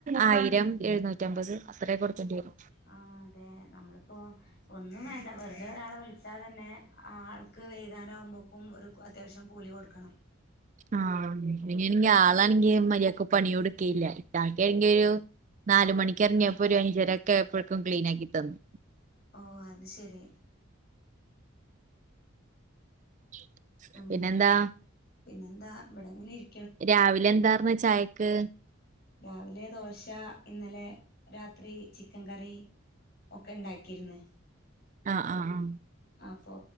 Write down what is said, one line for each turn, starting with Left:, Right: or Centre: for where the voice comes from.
Right: ആയിരം എഴുന്നൂറ്റമ്പത് അത്രയ കൊടുക്കാണ്ടി വരും
Left: ആഹ് അതെ നമ്മളിപ്പൊ ഒന്നും വേണ്ട വെറ്തെ ഒരാളെ വിളിച്ച ച്ചാൽ തന്നെ ആൾക്ക് വൈന്നേരം ആവുമ്പക്കും ഒരു അത്യാവശ്യം കൂലി കൊട്ക്കണം
Right: ആഹ് ആളണെങ്കിൽ മര്യാക്ക് പണിയോടക്കെയില്ല ഇക്കാക്ക ണെങ്കിൽ ഒരു നാല് മണിക്കറങ്ങിയപ്പോ ഒരു അഞ്ച രൊക്കെ എപ്പോഴക്കും ക്ലീൻ ആക്കി തന്നു
Left: ഓ അത് ശരി
Right: <unintelligible>
Left: അങ്ങനെ
Right: പിന്നെന്താ
Left: പിന്നെന്താ ബടെങ്ങനെ ഇരി
Right: രാവിലെ എന്താർന്ന് ചായക്ക്
Left: രാവിലെ ദോശ ഇന്നലെ രാത്രി ചിക്കൻ കറി ഒക്കെ ഉണ്ടാക്കിയിര്ന്ന്
Right: അ അ ആഹ്
Left: അപ്പോ